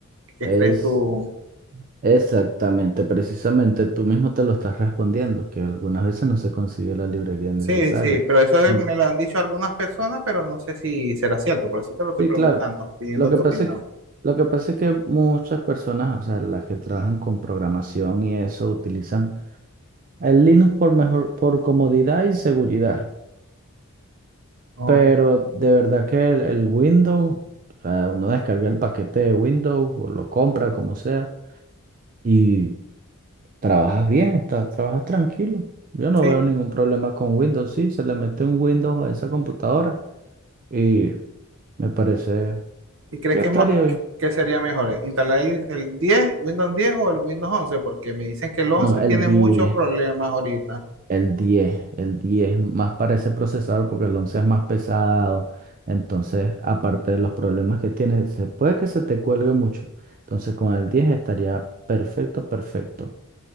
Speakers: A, on the right; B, on the right.
A: ¿Qué
B: Es
A: crees tú?
B: Exactamente, precisamente tú mismo te lo estás respondiendo, que algunas veces no se consigue la librería necesaria.
A: Sí, sí, pero eso
B: Y,
A: me lo han dicho algunas personas, pero no sé si será cierto, por eso te lo estoy
B: y
A: preguntando,
B: claro,
A: pidiendo
B: lo que
A: tu
B: pasa
A: opinión.
B: es que, lo que pasa es que muchas personas, o sea, las que trabajan con programación y eso, utilizan el Linux por mejor, por comodidad y seguridad.
A: Ojo,
B: Pero de verdad que el, el Windows, o sea, uno descarga el paquete de Windows o lo compra, como sea. y Trabajas bien, está- trabajas tranquilo. Yo no
A: sí,
B: veo ningún problema con Windows. Sí, se le mete un Windows a esa computadora y me parece
A: ¿y crees
B: que
A: que
B: estaría
A: es más,
B: bien.
A: que sería mejor? ¿Instalar el, el diez Windows 10 o el Windows once Porque me dicen que el 11
B: No, el
A: tiene
B: diez,
A: muchos problemas ahorita.
B: el diez, el diez más para ese procesador porque el 11 es más pesado. Entonces, aparte de los problemas que tiene, se puede que se te cuelgue mucho. Entonces, con el 10 estaría perfecto, perfecto.